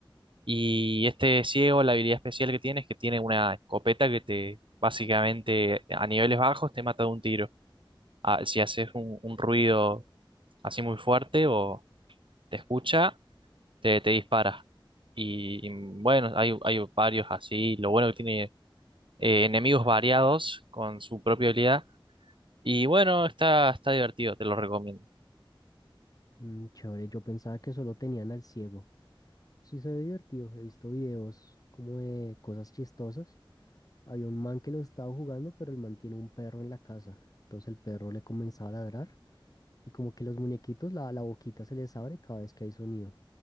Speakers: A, on the right; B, on the left.
A: Y este ciego, la habilidad especial que tiene es que tiene una escopeta que te básicamente a niveles bajos te mata de un tiro. Ah, si haces un un ruido así muy fuerte o te escucha te, te dispara. Y bueno, hay, hay varios así. Lo bueno que tiene eh, enemigos variados con su propia habilidad. Y bueno, está, está divertido, te lo recomiendo.
B: Mm, chévere, yo pensaba que solo tenían al ciego. Sí, se ve divertido. He visto videos como de cosas chistosas. Había un man que lo estaba jugando, pero el man tiene un perro en la casa. Entonces el perro le comenzaba a ladrar y como que los muñequitos, la, la boquita se les abre cada vez que hay sonido.